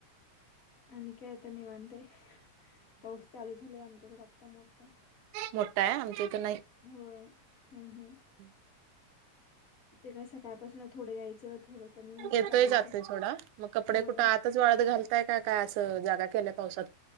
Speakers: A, on the left; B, on the right.
A: आणि का यता नि म्ह ते पाऊस चालू. झाय आमच्याकडे आत्ता मोठा.
B: मोठा आहे आमच्या इथं नाही.
A: हो हम्म हम्म.
B: हम्.
A: ते काय सकाळपासून थोडं यायचं थोडं कमी व्हायचं
B: येतोय
A: चालूच
B: जातो
A: आहे
B: थोडा मग कपडे
A: होय.
B: कुठं आ च वाळत घालताय काय असं जागा केल्याय पावसात.